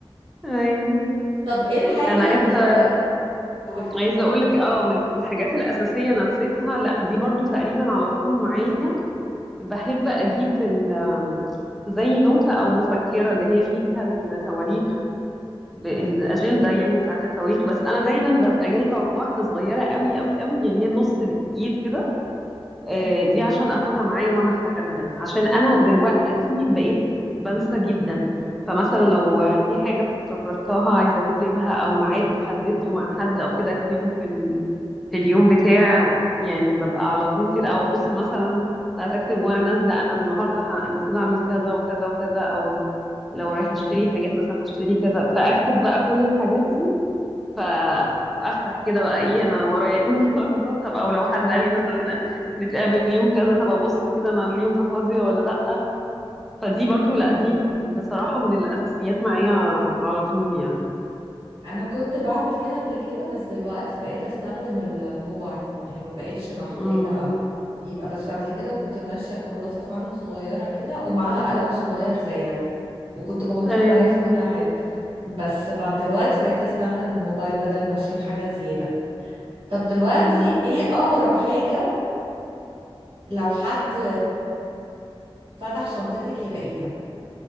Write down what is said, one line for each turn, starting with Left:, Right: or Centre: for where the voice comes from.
Centre: ايوه
Right: طب إيه الحاجة
Centre: انا عايزه
Right: اللي لو قولي
Centre: عايزه اقول لك اه من الحاجات الاساسيه انا نسيتها لا دي برضو تقريبا على طول معايا بحب اجيب ال- زي نوتة او مفكرة اللي هي فيها التواريخ ب- الاجندة
Right: مم.
Centre: يعني بتاعت التواريخ بس انا دايما ببقى جايبة واحدة صغيرة قوي قوي قوي يعني هي نص الايد كده آه،
Right: مم.
Centre: دي عشان اخدها معايا وانا خارجة عشان انا دلوقتي بقيت بنسى جدا فمثلا لو في حاجة افتكرتها عايزة اكتبها او ميعاد حددته مع حد او كده اكتبه في في اليوم بتاع يعني ببقى على طول كده او ابص مثلا ساعات اكتب وانا نازله انا النهارده ه- المفروض اعمل كذا وكذا وكذا او لو رايحه اشتري حاجات مثلا هشتري كذا فاكتب بقى كل الحاجات دي فافتح كده بقى ايه انا ورايا ايه <laughs> النهارده طب او لو حد
Right: اه
Centre: قال لي مثلا نتقابل يوم كذا طب ابص كده انا اليوم ده فاضيه ولا لا فدي برضو لا دي بصراحه من الاساسيات معايا على طول يعني
Right: انا كنت بعمل كده قبل كده بس دلوقتي بقيت استخدم الموبايل يعني ما بقتش محتاجة
Centre: امم
Right: يبقى بس قبل كده كنت ماشية بكراسة فعلا صغيرة كده ومعاها قلم صغير زيها وكنت بحطهم
Centre: اي
Right: معايا في كل حاجة بس بعد دلوقتي بقيت استخدم الموبايل بدل ما اشيل حاجة زيادة طب دلوقتي
Centre: امم
Right: ايه اغرب حاجة لو حد فتح شنطتك يلاقيها